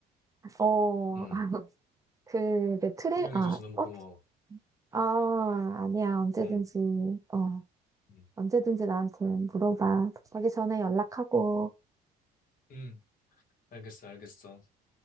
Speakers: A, on the right; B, on the left.
A: 어,
B: 음,
A: 아, 그, 내 트레,
B: 설명해줘서
A: 아,
B: 너무
A: 어?
B: 고마워.
A: 아, 아니야. 언제든지,
B: 어,
A: 어,
B: 음,
A: 언제든지 나한테 물어봐. 가기 전에 연락하고.
B: 음, 알겠어, 알겠어.